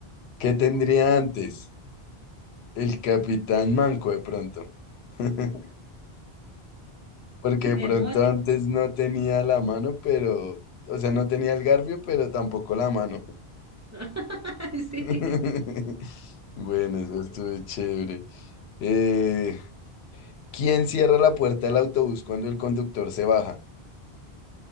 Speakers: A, on the left (about 85°); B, on the right (about 20°).
A: ¿Qué tendría antes? El Capitán Manco de pronto. <laughs> porque
B: El
A: de pronto
B: mocho.
A: antes no tenía la mano, pero, o sea, no tenía el garfio, pero tampoco la mano.
B: <laughs> Sí.
A: <laughs> Bueno, eso estuvo chévere. Eh, ¿quién cierra la puerta del autobús cuando el conductor se baja? <laughs>